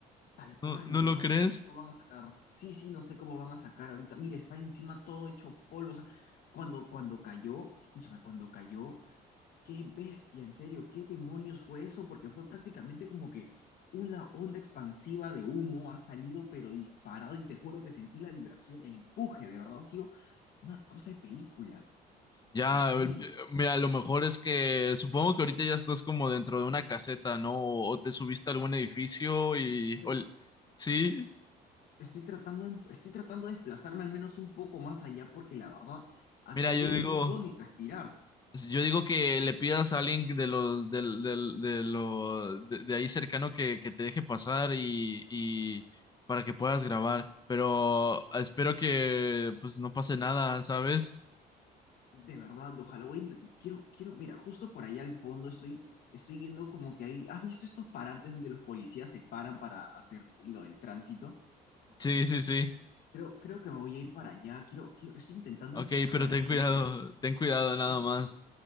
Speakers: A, on the left; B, on the left.
A: Tal cual,
B: ¿No, no
A: de verdad,
B: lo crees?
A: no sé cómo van a sacar. Sí, sí, no sé cómo van a sacar ahorita. Mira, está encima todo hecho polvo. O sea, cuando, cuando cayó, escúchame, cuando cayó, qué bestia, en serio, qué demonios fue eso, porque fue prácticamente como que una onda expansiva de humo ha salido, pero disparado, y te juro que sentí la vibración, el empuje, de verdad, ha sido una cosa de películas.
B: Ya,
A: Dios mío.
B: el- mira, lo mejor es que supongo que ahorita ya estás como dentro de una caseta, ¿no? O, o te subiste a algún edificio y...
A: Estoy,
B: o el- sí,
A: Estoy tratando de, estoy tratando de desplazarme al menos un poco más allá porque la verdad, acá
B: mira,
A: hay
B: yo
A: de-
B: digo...
A: no puedo ni respirar.
B: Yo digo que le pidas a alguien de los del, del- de, lo, de, de ahí cercano que, que te deje pasar y, y para que puedas grabar, pero espero que pues no pase nada, ¿sabes?
A: De verdad, ojalá voy a intent- Quiero, quiero, mira, justo por allá al fondo estoy, estoy viendo como que hay... ¿Has visto estos parantes donde los policías se paran para hacer lo del tránsito?
B: Sí, sí, sí.
A: Creo, creo que me voy a ir para allá. Quiero, quiero, estoy intentando
B: Ok,
A: empujar
B: pero
A: a la
B: ten
A: gente.
B: cuidado, ten cuidado nada
A: Sí, sí,
B: más.